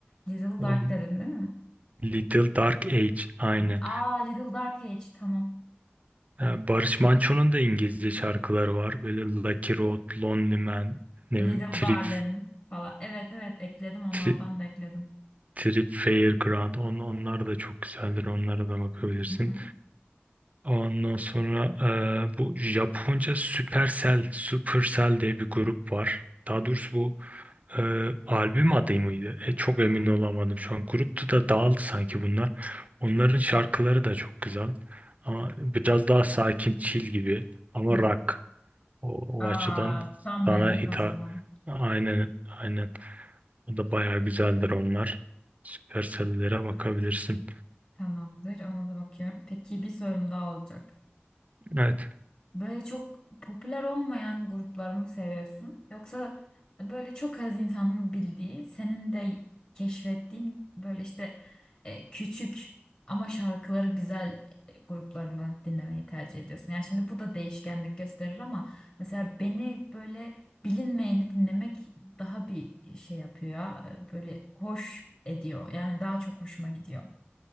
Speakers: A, on the left; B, on the right.
A: Little
B: <laughs>
A: Dark dedin değil mi?
B: Little Dark Age aynen.
A: Aa Little Dark Age tamam.
B: Yani Barış Manço'nun da İngilizce şarkıları var. Böyle Lucky Road, Lonely Man, ne
A: Little
B: bileyim, Trip,
A: Darling falan. Evet evet ekledim onlardan
B: Tri-
A: da ekledim.
B: Trip Fairground. On, onlar da çok güzeldir. Onlara da bakabilirsin.
A: Hı hı.
B: Ondan sonra eee, bu Japonca Supercell, Supercell diye bir grup var. Daha doğrusu bu eee, albüm adı mıydı? E, çok emin olamadım şu an. Gruptu da dağıldı sanki bunlar. Onların şarkıları da çok güzel. Ama biraz daha sakin, chill gibi. Ama
A: Hı hı.
B: rock. O, o
A: Aa
B: açıdan
A: tam
B: sana
A: benlik
B: hitap
A: o zaman.
B: aynen aynen o da bayağı güzeldir onlar. Süpersellere bakabilirsin.
A: Tamamdır. Ona da bakıyorum. Peki bir sorum daha olacak.
B: Evet.
A: Böyle çok popüler olmayan grupları mı seviyorsun? Yoksa böyle çok az insanın bildiği, senin de keşfettiğin böyle işte e, küçük ama şarkıları güzel e, grupları mı dinlemeyi tercih ediyorsun? Yani şimdi bu da değişkenlik gösterir ama mesela beni böyle bilinmeyeni dinlemek daha bir şey yapıyor ya, e, böyle hoş ediyor. Yani daha çok hoşuma gidiyor.